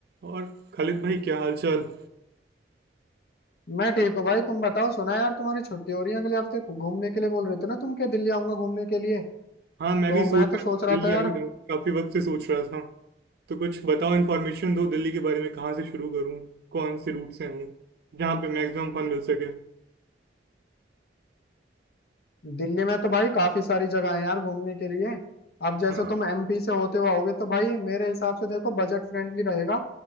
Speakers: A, on the right; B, on the left.
A: और खालिद भाई क्या हालचाल
B: मैं ठीक हूँ भाई तुम बताओ सुना यार तुम्हारी छुट्टी हो रही है अगले हफ्ते घू- घूमने के लिए बोल रहे थे ना तुम क्या दिल्ली आऊंगा घूमने के लिए
A: हाँ मैं
B: तो
A: भी सोच
B: मैं तो
A: रहा
B: सोच
A: था
B: रहा
A: दिल्ली
B: था
A: आ
B: यार
A: ही जाऊँ काफी वक्त से सोच रहा था तो कुछ बताओ इन्फॉर्मेशन दो दिल्ली के बारे में कहाँ से शुरू करूँ कौन से रूट से आऊँ जहाँ पे मैक्सिमम फन मिल सके
B: दिल्ली में तो भाई काफी सारी जगह है यार घूमने के लिए अब जैसे
A: हाँ
B: तुम एमपी से होते हुए आओगे तो भाई मेरे हिसाब से देखो बजट फ्रेंडली रहेगा